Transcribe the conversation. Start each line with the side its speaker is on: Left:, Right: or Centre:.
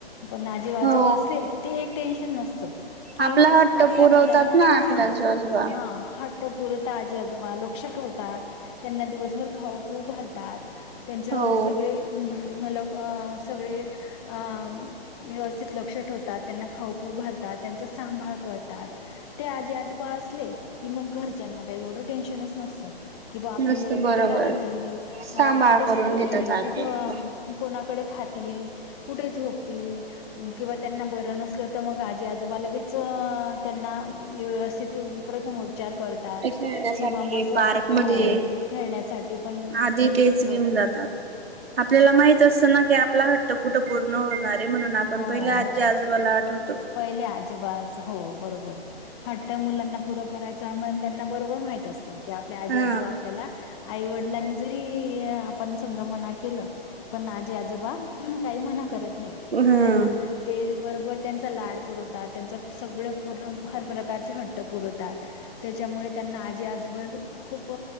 Left: पण आजी आजोबा
Right: हो
Left: अस ते किती हे एक टेन्शन नसतं. की
Right: आपला हट्ट
Left: आपल्या
Right: पुरवतात
Left: मुलांना,
Right: ना आपल्या
Left: हा
Right: आजी आजोबा
Left: हा हट त पुरी आजी आजोबा लक्ष ठेवतात त्यांना दिवसभर खाऊ पिऊ घालतात. त्यांचं
Right: हो
Left: सगळे अ ह सगळे अ व्यवस्थित लक्ष ठेवतात त्यांना खाऊ पिऊ घालतात त्यांचा सांभाळ करतात. ते आजी आजोबा असले की मंग घरच्यांना काही एवढं टेन्शनच नसतं. कि बा आपले
Right: नसत
Left: मुलं
Right: बरोबर
Left: कुठं राहतील,
Right: सांभाळ
Left: अ कुठं
Right: करून
Left: राहतील
Right: घेतात आजी
Left: कुठं?
Right: आजोबा
Left: कोणाकडे? खातील कुठे? झोपतील किंवा त्यांना बर नस मग आजी आजोबा लगेच त्यांना व्यवस्थित प्रथम. विचार करतात
Right: कुठे खेळण्यासाठी
Left: किंवा मग
Right: पार्क
Left: हो
Right: मध्ये
Left: खेळण्यासाठी पण
Right: आधी तेच
Left: बरबर.
Right: घेऊन जातात
Left: <inaudible>
Right: आपल्याला माहित असत ना की आपला हट्ट कुठं पूर्ण होणार आहे म्हणून आ पण
Left: हो
Right: पहिले आजी,
Left: हो.
Right: आजोबाला आठवतो.
Left: पहिले अजिबाच हो बरोबर. हट्ट मुलांना पुरं करायच म्हण त्यांना बरोबर माहित असतं की आपल्या आजी
Right: हा
Left: आजोबा आपल्याला. आई वडिलांनी जरी आपण समजा मना केलं. पण आजी आजोबा काही मना करत नाही.
Right: हा
Left: त्यांना ते बरोबर त्यांचा लाड पुरवतात, त्यांचा सगळं पूर्ण हर प्रकारचे हट्ट. ट्ट पुरवतात. त्याच्यामुळे त्यांना आजी आजोबाच खूप